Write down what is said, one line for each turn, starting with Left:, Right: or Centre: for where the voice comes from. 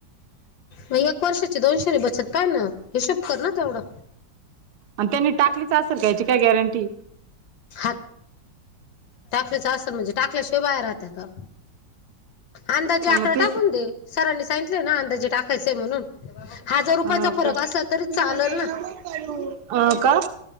Left: म एक वर्षाची दोनशे री बचत काढ ना हिशोब कर ना तेवढं.
Right: आणि त्यांनी टाकलीच असेल काय याची काय गॅरंटी?
Left: हात टाकलेच असेल म्हणजे टाकल्याशिवाय बाहेर हात. त्या का अंदाजे
Right: मग
Left: आकडा
Right: तेच
Left: टाकून दे. सरांनी सांगितलंय ना अंदाजे टाकायचेय म्हणून. हजार रुपयाचा
Right: हो
Left: फरक असला तरी चालेल ना.
Right: का अ का